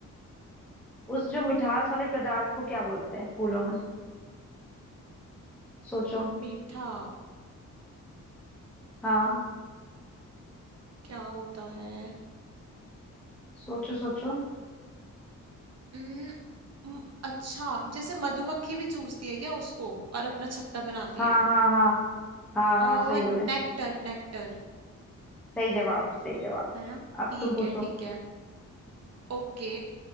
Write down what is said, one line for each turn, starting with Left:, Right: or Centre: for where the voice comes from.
Centre: उस जो मिठास वाले पदार्थ को क्या बोलते हैं फूलों में सोचो
Right: मीठा
Centre: हाँ
Right: क्या होता है
Centre: सोचो सोचो
Right: उम्म, उम्म, अच्छा जैसे मधुमक्खी भी चूसती है क्या उसको और अपना छत्ता बनाती
Centre: हाँ
Right: है
Centre: हाँ हाँ हाँ हाँ
Right: और
Centre: सही बोले
Right: नेक्टर नेक्टर
Centre: सही जवाब सही जवाब
Right: है ना
Centre: अब
Right: ठीक
Centre: तुम पूछो
Right: है ठीक है ओके